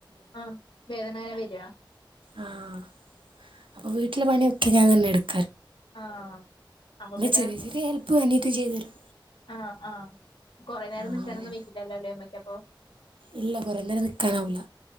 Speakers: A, on the left; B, on the right.
A: ആ വേദന ങ്ങനെ വരാ
B: ആഹ് അപ്പൊ വീട്ടിലെ പണിയൊക്കെ ഞാൻ തന്നെ എടുക്ക
A: ആ അപ്പൊ പിന്നെ
B: ചെറിയ ചെറിയ ഹെൽപ്പ് അനിയത്തി ചെയ്തു തരും
A: ആ ആ കൊറെ നേരം
B: ആഹ്
A: നിക്കാനൊന്നും വെയ്ക്കില്ലല്ലോല്ലേ ഉമ്മയ്ക്കപ്പൊ
B: ഇല്ല കോറേ നേരം നിക്കാനാവൂല